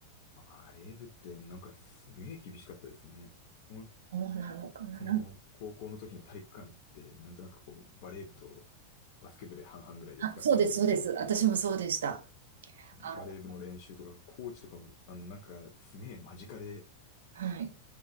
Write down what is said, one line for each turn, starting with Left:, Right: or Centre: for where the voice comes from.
Left: バレー部ってなんかすげえ厳しかったですよね。もう
Right: そうなのかな。
Left: その高校の時の体育館ってなんとなくこうバレー部とバスケ部で半々ぐらいで使ってるイメージで、
Right: あ、そうです、そうです。私もそうでした。あの
Left: バレー部の練習とかコーチとかもあのなんかすげえ間近で
Right: はい。